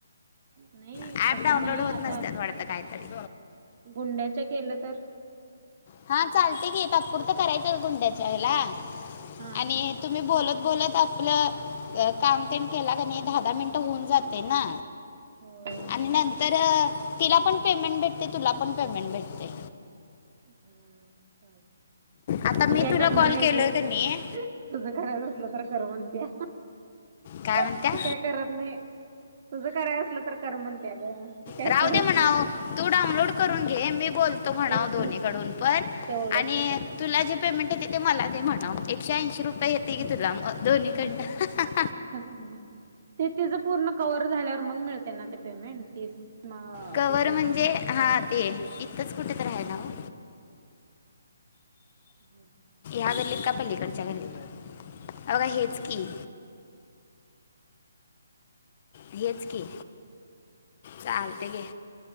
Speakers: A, on the right; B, on the left.
A: नाही
B: ह <inaudible> ऍप
A: तसं
B: डाऊनलोड
A: नाही
B: होत
A: आता
B: नसत वाटत काहीतरी.
A: गुंड्याच्या केलं तर
B: हा चालते की तातपुरत करायचं गुंड्याच्या हला
A: हा
B: आणि तुम्ही बोलत बोलत आपलं काम ते केला का नाही दहा दहा मिनटं होऊन जाते ना.
A: होय
B: आणि नंतर तिला पण पेमेंट भेटते तुला पण पेमेंट भेटते.
A: हम चालत.
B: आता
A: मी काय
B: तुला
A: करणार
B: कॉल
A: नाही
B: केलोय
A: बाई.
B: का नाही
A: तुझ करायच असलं तर कर म्हणत्या.
B: काय
A: ती
B: म्हणत्या
A: काय करत नाही. तुझं करायच असलं तर कर म्हणत्या ग. ती काय
B: राह
A: करत
B: दे म्हणाव.
A: नाही
B: तू डाऊनलोड करून घे मी बोलतो म्हणाव.
A: तेच की
B: कडून पण
A: तेवढंच
B: आणि
A: हे करायचं
B: तुला जे पेमेंट ते मला दे म्हणाव. एकशे ऐंशी रुपये येते की तुला. दोन्ही कंडन.
A: ते तिचं पूर्ण कवर झाल्यावर मग मिळते ना ते पेमेंट तीस? म
B: कवर
A: तीस जणांचं
B: म्हणजे हा ते इथंच कुठेेत राहायला हो.
A: हम्म <unintelligible>
B: ह्या गल्लीत का पल्लीकडच्या गल्ली हे बघा हेच की. हेच की चालतय घे